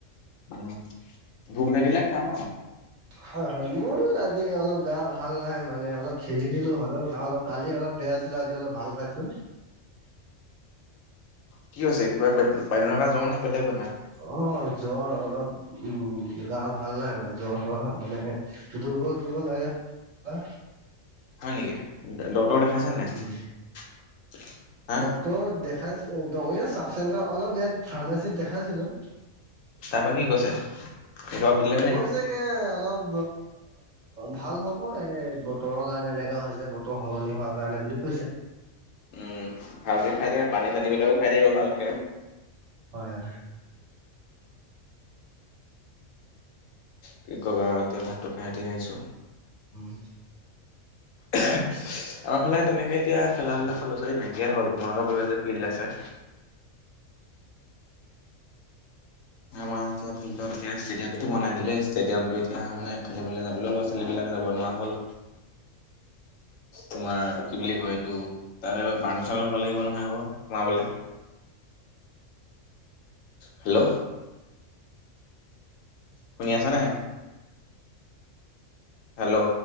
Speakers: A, on the left; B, on the right.
A: উম, ভোক লাগিলে খাম আৰু।
B: হয় হয় মোৰ আজি অলপ গা ভাল নাই মানে অলপ খেলি দিলো হ'লেও গা অলপ কালি অলপ বেয়া আছিলে, আজি অলপ ভাল পাইছো।
A: কি হৈছে? কিবা বে, পানী লগা জোৱা নে, বেলেগ বেমাৰ?
B: অ, জ্বৰ অলপ উম, গা ভাল নাই মানে, জ্বৰ হোৱা মানে দুৰ্বল- দুৰ্বল লাগে, কিবা
A: হয় নেকি, ডক্টৰ দেখাইছ নাই,
B: উম।
A: হা?
B: ত, দেখাইচ, চাৰ্ফ চেণ্টাৰ অলপ ইয়াত ফাৰ্মাচিতত দেখাইছিলো।
A: তাৰপা কি কৈছে, দৰপ দিলে নে?
B: সতকে অলপ ভাল হ'ব, এই বতৰৰ কাৰণে এনেকুৱা হৈছে বতৰ সলনি হোৱা কাৰণে বুলি কৈছে।
A: উম, ভালকে খাই পানী-চানী বিলাকো খাই থাকিব ভালকে।
B: হয়, হয়।
A: কি কবা, এতিয়া ভাতটো খাই উঠি আহিছোঁ।
B: উম।
A: <inaudible> আমাৰ ফালে তেনেকে এতিয়া খেলা, ধূলা ল'ৰা -ছোৱালী নাইকিয়াই হ'ল, তোমালোকৰ ফালে যে ফিল্ড আছে। আমাৰ এতিয়া ফিল্ডত এতিয়া, ষ্টেডিয়াম টো বনাই দিলে ষ্টেডিয়াম টো এতিয়া মান খেলিবলৈ যাবলৈ ল ছোৱালী, বিলাক যাব নোৱাৰা হ'ল। তোমাৰ কি বুলি কয়, এইটো তা, পাৰ্মিশন ল'ব লাগিব নহয় আকৌ সোমাবলে। হেল্ল, শুনি, আছেনে? হেল্ল,